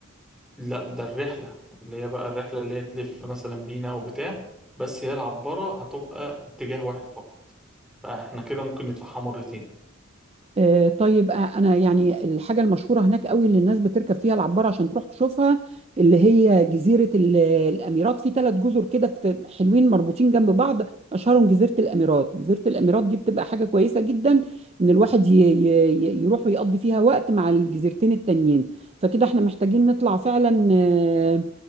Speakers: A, in the centre; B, on the right.
A: لا ده الرحلة اللي هي بقى الرحلة اللي هي تلف مثلا بينا أو بتاع بس هي العبارة هتبقى اتجاه واحد فقط فاحنا كده ممكن ندفعها مرتين
B: آه، طيب آه، انا يعني الحاجه المشهوره هناك قوي اللي الناس بتركب فيها العباره عشان تروح تشوفها اللي هي جزيره ال- الاميرات في ثلاث جزر كده في حلوين مربوطين جنب بعض اشهرهم جزيره الاميرات جزيره الاميرات دي بتبقى حاجه كويسه جدا ان الواحد ي- ي- ي- يروح ويقضي فيها وقت مع الجزيرتين التانيين فكده احنا محتاجين نطلع فعلا آه،